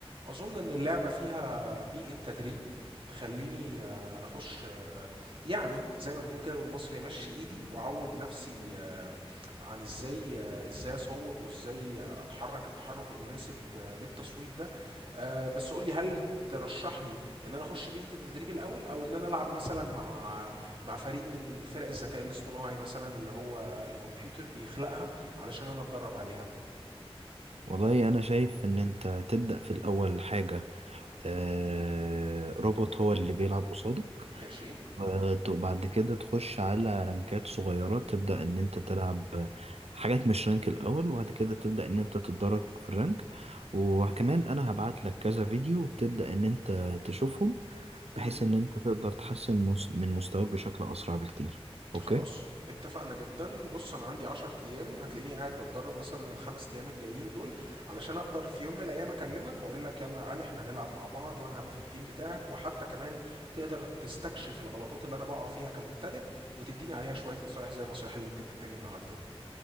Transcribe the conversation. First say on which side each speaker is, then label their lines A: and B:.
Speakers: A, on the right (about 55°); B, on the right (about 85°).
A: اظن ان اللعبة فيها بيئة تدريب تخلّيني آآ أخُش آه، يعني زي ما بنقول كده بالمصري أمشّي إيدي وأعوّد نَفْسي آآ عن إزاي آه، إزاي أصوّب وإزاي آه، أتحرّك التحرُّك المناسب آه، للتصويب ده. آآ بس قُل لي هل ترشّح لي إن أنا أخُش بيئة التدريب الأول أو إن أنا ألعب مثلًا مع مع فريق من فرق الذكاء الاصطناعي مثلًا اللي هو الكمبيوتر بيخلقها علشان أنا أتدرّب عليها؟
B: والله انا شايف ان انت تبدأ في الاول حاجة آه، روبوت هو اللي بيلعب قصاده
A: ماشي.
B: وت- وبعد كده تخش على رانكات صغيرة تبدأ إن أنت تلعب حاجات مش رانك الأول وبعد كده تبدأ إن أنت تتدرج في الرانك وكمان أنا هبعت لك كذا فيديو تبدأ إن أنت تشوفهم
A: اهم.
B: بحيث إن أنت تقدر تحسن مس- من مستواك بشكل أسرع بكتير أوكي
A: خلاص اتفقنا جدا بص انا عندي عشر ايام هتلاقيني قاعد بتدرب مثلا الخمس ايام الجايين دول علشان اقدر في يوم من الايام اكلمك واقول لك يلا يا علي احنا هنلعب مع بعض وانا هبقى في التيم بتاعك وحتى كمان تقدر تستكشف الغلطات اللي انا بقع فيها كمبتدئ وتديني عليها شوية نصايح زي النصايح اللي انت اديتها لي النهارده دي